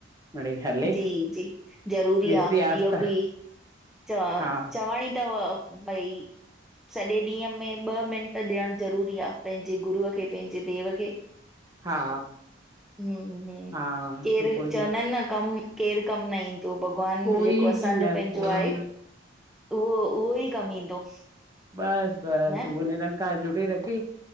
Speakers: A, on the right; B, in the centre.
A: मिड़ई हले
B: जी जी ज़रूरी
A: जेसिताईं
B: आ
A: आस्था
B: इहो बि। च
A: हा
B: चवणी तव भई सॼे ॾींहं में ॿ मिंट ॾियण ज़रूरी आ, पंहिंजे गुरूअ खे पंहिंजे देव खे।
A: हा
B: ह ह
A: हा
B: केरु
A: सुबुह जो
B: चवंदा आहिनि न कम केरु कम न ईंदो भॻवान
A: कोई
B: जेको असांजो
A: बि न
B: पंहिंजो
A: कोई
B: आहे उहो उहो ई कमु ईंदो।
A: बस, बस
B: न
A: उहो निरंकार जोडे रखे।